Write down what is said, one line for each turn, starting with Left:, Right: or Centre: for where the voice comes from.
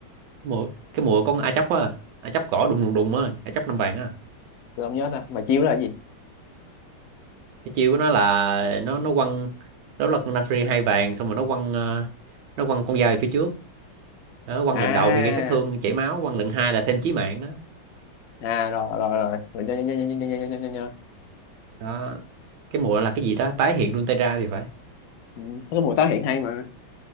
Right: mùa cái mùa con A Chóc á A Chóc cỏ đùng đùng đùng á A Chóc năm vàng á
Left: Tôi không nhớ ta mà chiếu là gì
Right: cái chiêu của nó là nó nó quăng đó là con Naafiri hai vàng xong rồi nó quăng ờ, nó quăng con dao về phía trước đó, quăng
Left: à
Right: lần đầu thì gây sát thương chảy máu quăng lần hai là thêm chí mạng đó
Left: à rồi rồi rồi mình nhớ nhớ nhớ nhớ nhớ nhớ nhớ nhớ nhớ.
Right: đó cái mùa là cái gì đó tái hiện Runeterra thì phải
Left: Ừ, cái mùa tái hiện hay mà